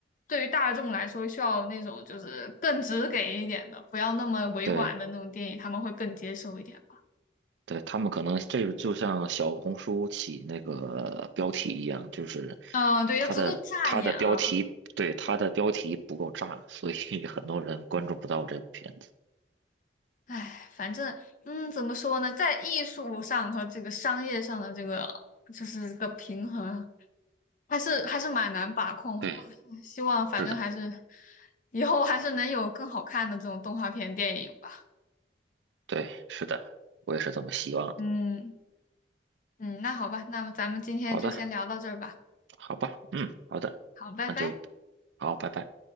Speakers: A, on the left; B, on the right.
A: 对于大众来说，需要那种就是更直给一点的，不要那么委婉的那种电影，
B: 对。
A: 他们会更接受一点。
B: 对，他们可能这个就像小红书起那个标题一样，就是
A: 嗯、对，
B: 它的它的标题，
A: 要足够扎眼啊！
B: 对，它的标题不够炸，所以 <laughs> 很多人关注不到这部片子。
A: 唉，反正，嗯，怎么说呢，在艺术上和这个商业上的这个，就是这个平衡还是还是蛮难把控的吧。
B: 对，
A: 希望反正还是
B: 是的，
A: 以后还是能有更好看的这种动画片电影吧。
B: 对，是的，我也是这么希望的。
A: 嗯嗯，那好吧，那么咱们今天就先聊到这儿吧。
B: 好的，好吧，嗯，好的，
A: 好，拜拜。
B: 那就好，拜拜。